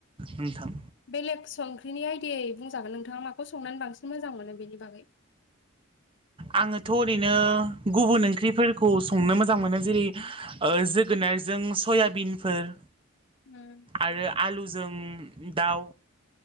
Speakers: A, on the right; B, on the left.
A: नोंथां।
B: बेलेग सं ओंख्रिनि आइदियै बुंजागोन नोंथाङा माखौ संनानै बांसिन मोजां मोनो बेनि बागै। <inaudible>
A: आङोथ' ओरैनो गुबुन ओंख्रिफोरखौ संनो मोजां मोनो जेरै ओ जोगोनार जों सयाबिनफोर
B: उम
A: आरो आलुजों दाउ